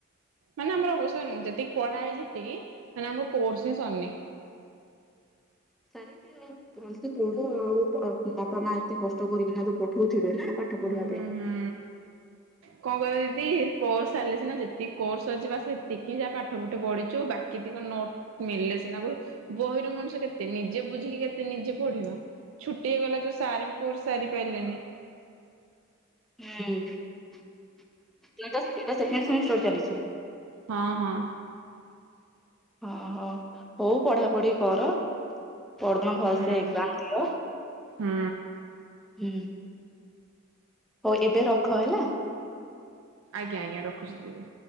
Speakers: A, on the right; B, in the centre.
A: ମାନେ ଆମର ଅବଶ୍ୟ ଯେତିକି ପଢାହେଇ ଯେତିକି ମାନେ ଆମର କୋର୍ସ ହି ସରିନି।
B: <unintelligible> <unintelligible>
A: ହୁଁ ହୁଁ। କଣ କହିବ ଦିଦି କୋର୍ସ ସାରିଲେ ସିନା ଯେତିକି କୋର୍ସ ଅଛିିବା ସେତିକିଁ ଯାହା ପାଠ ପୁଠି ପଢ଼ିଛୁ ବାକି ଟିକ ନୋଟ୍ ମିଳିଲେ ସିନା ଗରୁ ବହିର ମଣିଷ କେତେ ନିଜେ ବୁଝିକି କେତେ ନିଜେ ପଢିବ। ଛୁଟି ହେଇଗଲା ଯୋଉ ସାର୍ ବି କୋର୍ସ ସାରି ପାଇଲେନି।
B: ହୁଁ ତ ଏଇଟା ସେକ୍ ସେକଣ୍ଡ ସେମିଷ୍ଟାର ଚାଲିଚି।
A: ହଁ ହଁ।
B: ହଁ ହଁ ହଉ ପଢାପଢି କର ପହରଦିନ ଭଲସେ
A: ହୁଁ
B: ଏକଜାମ୍ ଦିଅ।
A: ହୁଁ
B: ହୁଁ। ହଉ ଏବେ ରଖ ହେଲା।
A: ଆଜ୍ଞା ଆଜ୍ଞା ରଖୁଛି ଦିଦି।